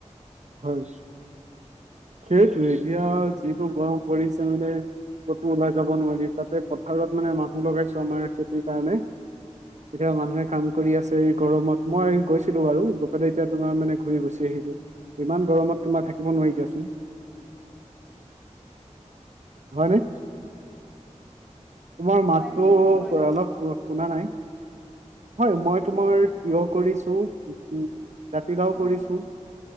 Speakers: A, on the right (about 70°); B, in the centre.
A: হয় সেইটো এতিয়া যিটো গৰম পৰিচে মানে কতো ওলাই যাব নোৱাৰি তাতে পথাৰত মানে মানুহ লগাইছো আমাৰ খেতিৰ কাৰণে এতিয়া মানুহে কাম কৰি আছে গৰমত মই গৈছিলো বাৰু গৈ পেলাই এতিয়া তোমাৰ মানে ঘূৰি গুচি আহি ইমান গৰমত তোমাৰ থাকিব নোৱাৰি দিয়াচোন। হয় নে তোমাৰ মাতটো
B: হয় কি খেতি কৰিছা
A: অলপ শুনা নাই। হয় মই তোমাৰ তিয়হ কৰিছোঁ, উ, জাতিলাও
B: অ
A: কৰিছোঁ।